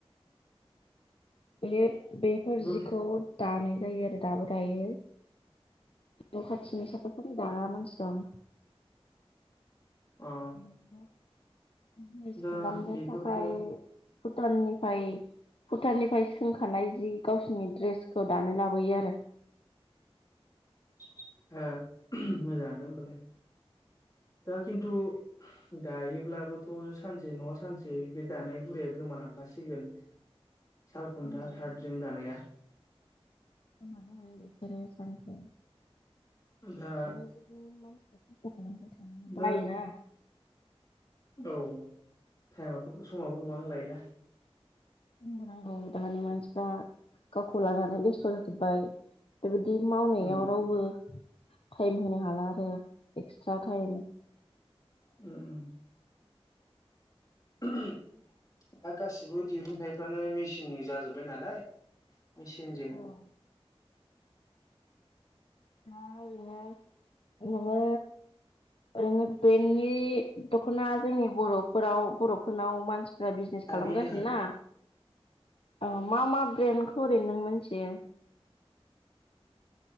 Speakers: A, on the left; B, on the left.
A: बेयो बेफोर
B: गुद
A: जिखौ दानाय जायो आरो दाबो दायो न खाथिनि साफा सानै दाग्रा मानसि दं <unintelligible>
B: अ
A: बिजनेस
B: दा
A: खालामनो
B: बेफोरथ'
A: थाखाय
B: ओ
A: भुटाननिफाय भुटाननिफाय सोंखानाय जि गावसोरनि ड्रेस दानो लाबोयो आरो
B: हो उम मोजांआनो ओमबालाय दा खिनथु दायोब्लाबोथ सानसे नङा सानसे बे दानाय हुदाया गोमालांखासिगोन सालखुन्था
A: होमबालाय
B: थार्दजों दानाया
A: <unintelligible> बेफोरो सानसे
B: दा
A: दानि जुगनि मानसिफोर <unintelligible> <unintelligible>
B: दा
A: बायोना
B: औ टाइमआबो समाबो गोबां लायोना
A: बुंबोनांगौ दानि मानसिफ्रा गावखौ लानानै बेस्थ जाजोब्बाय बेबायदि मावनायाव
B: उम
A: रावबो टाइम होनो हाला आरो एक्सट्रा टाइम
B: उम उम <unintelligible> दा गासिबो दिरुंथाइफ्रानो मेचिननि जाजोबबाय नालाय मेचिनजों
A: दा दा ओरैनो नोङो ओरैनो बेनि दखना जोंनि बरफोराव बरफोरनाव मानसि बिजनेस
B: थाबैनो
A: खालामगासिनो ना औ मा मा ब्रेन्डखौ ओरै नों मिथियो